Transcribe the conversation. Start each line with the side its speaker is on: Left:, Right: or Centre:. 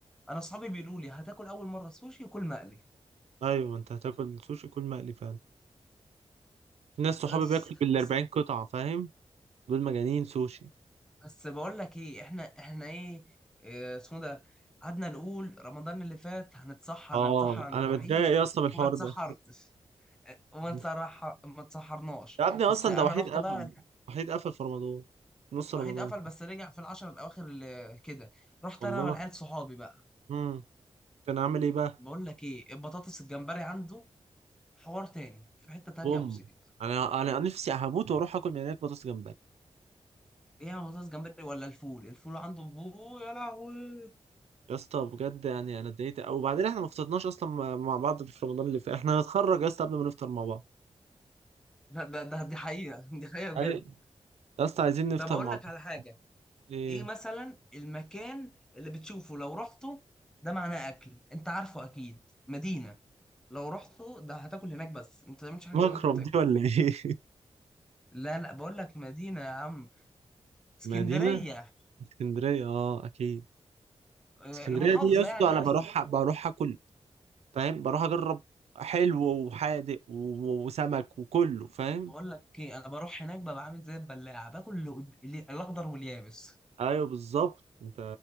Centre: انا اصحابي بيقولوا لي هتاكل اول مره سوشي كل مقلي
Right: ايوه انت هتاكل سوشي كل مقلي فعلا في ناس صحابي
Centre: بس
Right: بياكلوا بال
Centre: بس
Right: 40 قطعه فاهم دول مجانين سوشي
Centre: بس بقول لك ايه احنا احنا ايه إيه اسمه ده قعدنا نقول رمضان اللي فات هنتسحر
Right: اه
Centre: هنتسحر عند
Right: انا
Centre: وحيد
Right: متضايق يا اسطى من
Centre: وما
Right: الحوار
Centre: اتسحرتش
Right: ده
Centre: وما
Right: <laughs>
Centre: تصرح ما تسحرناش
Right: يا ابني اصلا
Centre: بس انا
Right: ده وحيد
Centre: رحت
Right: قفل
Centre: بقى يعني
Right: وحيد قفل في رمضان نص
Centre: وحيد
Right: رمضان
Centre: قفل بس رجع في العشر الاواخر اللي كده رحت
Right: والله
Centre: انا والعيال صحابي بقى
Right: امم كان عامل ايه بقى
Centre: بقول لك ايه البطاطس الجمبري عنده حوار تاني في حتة تانية
Right: بوم
Centre: يا ابو زيد
Right: انا انا نفسي هموت واروح اكل من هناك بطاطس جمبري
Centre: ايه يا بطاطس جمبري ولا الفول الفول عنده بو يا لهوي
Right: يا اسطى بجد يعني انا اتضايقت قوي وبعدين احنا ما فطرناش اصلا مع مع بعض في رمضان اللي فات احنا هنتخرج يا اسطى قبل ما نفطر مع بعض
Centre: لا ده ده دي حقيقة <laughs> دي حقيقة بجد
Right: ايوه يا اسطى عايزين نفطر
Centre: طب أقول
Right: مع
Centre: لك
Right: بعض
Centre: على حاجة
Right: ايه
Centre: إيه مثلا المكان اللي بتشوفه لو رحته ده معناه أكل أنت عارفه أكيد مدينة لو رحته ده هتاكل هناك بس أنت ما تعملش حاجة
Right: مكرم
Centre: غير اللي أنت بتاكل
Right: دي ولا ايه
Centre: لا لا بقول لك مدينة يا عم
Right: <laughs>
Centre: اسكندرية
Right: مدينة اسكندرية اه اكيد
Centre: آه،
Right: اسكندرية
Centre: المحافظة
Right: دي يا اسطى
Centre: يعني
Right: انا
Centre: قصدي
Right: بروح بروح اكل فاهم بروح اجرب حلو وحادق و- وسمك وكله فاهم
Centre: بقول لك ايه انا بروح هناك ببقى عامل زي البلاعة باكل اللي قد- اللي- الاخضر واليابس
Right: ايوه بالظبط انت